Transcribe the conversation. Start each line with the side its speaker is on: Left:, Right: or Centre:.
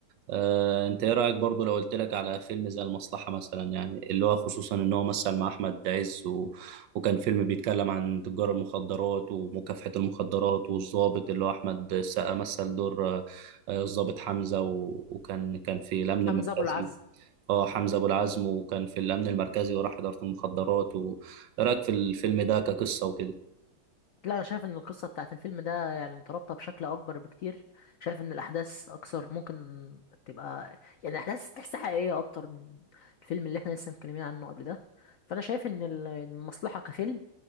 Right: آه انت ايه رأيك برضو لو قلت لك على فيلم زي المصلحة مثلا يعني اللي هو خصوصا ان هو مثل مع احمد عز و... وكان فيلم بيتكلم عن تجار المخدرات ومكافحة المخدرات والضابط اللي هو احمد السقا مثل دور آه، آه، الضابط حمزة و... وكان كان في الأمن
Left: حمزة
Right: المركزي
Left: ابو العز
Right: اه حمزة أبو العزم وكان في الأمن المركزي وراح إدارة المخدرات و... إيه رأيك في الفيلم ده كقصة وكده
Left: لا انا شايف ان القصه بتاعت الفيلم ده يعني مترابطه بشكل اكبر بكتير شايف ان الاحداث اكثر ممكن تبقى يعني الاحداث تحسها حقيقيه اكتر من الفيلم اللي احنا لسه متكلمين عنه قبل ده فانا شايف ان ال- المصلحه كفيلم